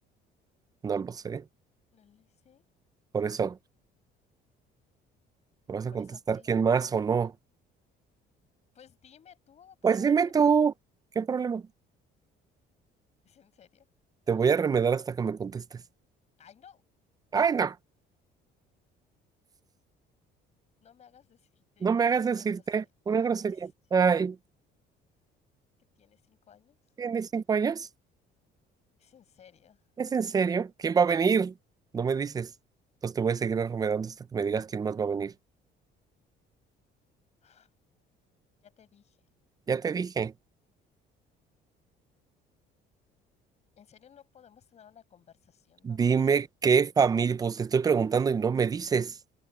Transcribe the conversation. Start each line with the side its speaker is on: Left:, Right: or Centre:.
Right: No lo sé.
Left: No le sé.
Right: Por eso. ¿Me vas
Left: ¿Por
Right: a contestar
Left: eso qué?
Right: quién más o no?
Left: Pues dime tú,
Right: Pues
Left: ¿qué, tie-
Right: dime
Left: qué
Right: tú,
Left: problema?
Right: ¿qué problema?
Left: <laughs> ¿Es en serio?
Right: Te voy a remedar hasta que me contestes.
Left: Ay, no,
Right: Ay, no,
Left: no me hagas decirte
Right: no me hagas
Left: una
Right: decirte
Left: grosería.
Right: una
Left: Ay,
Right: grosería.
Left: es- es
Right: Ay,
Left: que tienes cinco años.
Right: ¿tienes cinco años?
Left: ¿Es en serio?
Right: ¿Es en serio? ¿Quién va a venir? No me dices. Entonces te voy a seguir remedando hasta que me digas quién más va a venir.
Left: <sighs> Ya te dije.
Right: Ya te dije.
Left: ¿En serio no podemos tener una conversación
Right: Dime
Left: normal?
Right: qué familia, pues te estoy preguntando y no me dices.